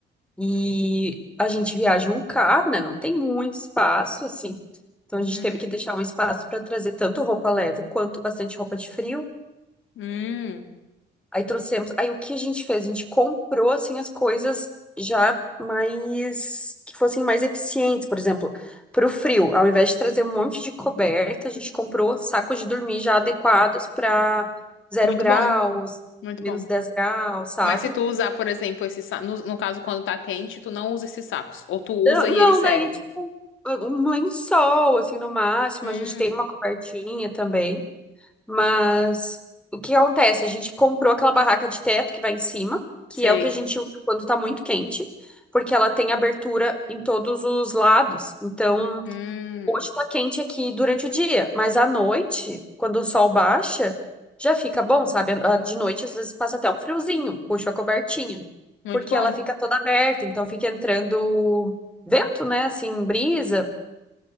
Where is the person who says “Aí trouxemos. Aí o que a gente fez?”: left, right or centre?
Centre